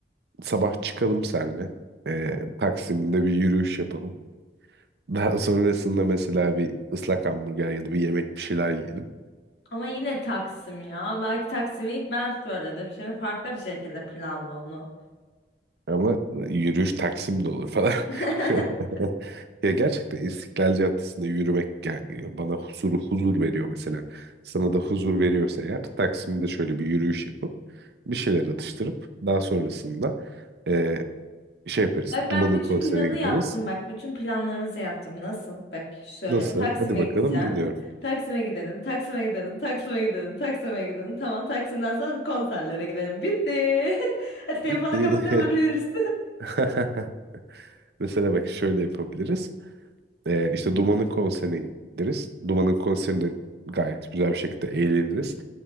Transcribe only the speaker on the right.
Sabah çıkalım senle. Ee, Taksim'de bir yürüyüş yapalım. Daha sonrasında mesela bir ıslak hamburger ya da bir yemek bir şeyler yiyelim.
Ama yürüyüş Taksim'de olur falan.
<laughs> Ya gerçekten İstiklal Caddesi'nde yürümek ger- bana huzur huzur veriyor mesela. Sana da huzur veriyorsa eğer Taksim'de şöyle bir yürüyüş yapıp bir şeyler atıştırıp daha sonrasında e, şey yaparız.
Duman'ın
konserine
gideriz.
Nasıl?
Hadi bakalım
dinliyorum.
Bitti.
<laughs> <laughs> Mesela bak şöyle yapabiliriz. Ee, işte Duman'ın konserine gideriz. Duman'ın konserinde gayet güzel bir şekilde eğleniriz.